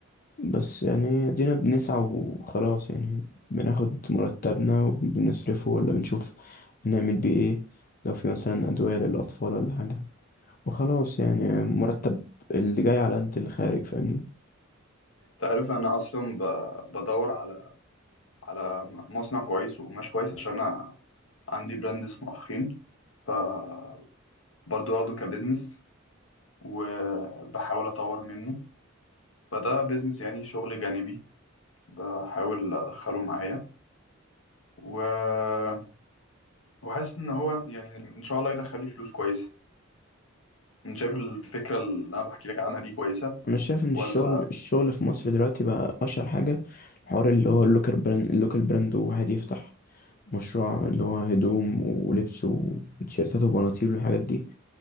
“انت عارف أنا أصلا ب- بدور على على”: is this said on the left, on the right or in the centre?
Left